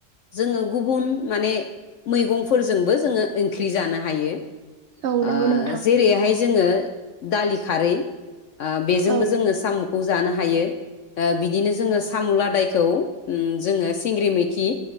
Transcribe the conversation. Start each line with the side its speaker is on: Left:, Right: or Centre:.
Left: जोङो गुबुन माने मैगंफोरजोंबो जोङो ओंख्रि जानो हायो
Right: औ नंगौ
Left: आ
Right: नोंथां
Left: जेरैहाय जोङो दालि खारै आ बेजोंबो
Right: औ
Left: जोङो साम'खौ जानो हायो ओ बिदिनो जोङो सा सामु लादायखौ उम जोङो सिंग्रि मैखि